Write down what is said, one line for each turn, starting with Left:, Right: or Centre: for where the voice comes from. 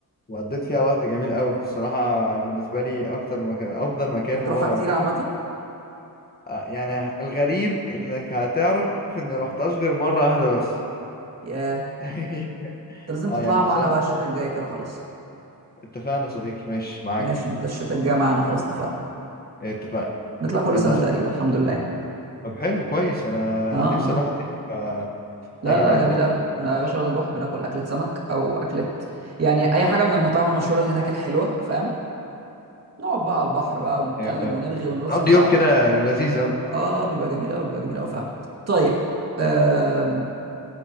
Left: وقضيت فيها وقت جميل قوي في الصراحة بالنسبة لي أكتر مكان أفضل مكان
Right: انت بتروحها
Left: وأه
Right: كتير عامه
Left: يعني الغريب إنك هتعرف إني روحتهاش غير مرة واحدة بس
Right: ياه
Left: <laughs>
Right: انت لازم
Left: أه
Right: تطلعها
Left: يعني
Right: معانا
Left: بصراحة
Right: بقى الشتاء الجاي كده خلاص
Left: اتفقنا يا صديقي ماشي معاك
Right: ماشي انت الشتاء الجاي معانا خلاص اتفقنا
Left: اتفقنا
Right: نطلع كل
Left: يلا
Right: سنة
Left: سأل.
Right: تقريبا الحمد لله يعني
Left: طب حلو كويس أنا
Right: اه اه
Left: أنا نفسي أروح تاني فأجي
Right: لا لا
Left: معاكم
Right: جميلة
Left: بقى
Right: قوي يا باشا بنروح بناكل أكلة سمك أو أكلة يعني أي حاجة من المطاعم المشهورة اللي هناك الحلوة فاهم نقعد بقى على البحر بقى ونتكلم
Left: أيوة فاهمك
Right: ونرغي ونرغي
Left: قضي
Right: في بعض
Left: يوم كده لذيذ أه
Right: اه بيبقى جميل قوي بيبقى جميل قوي فعلا طيب أم...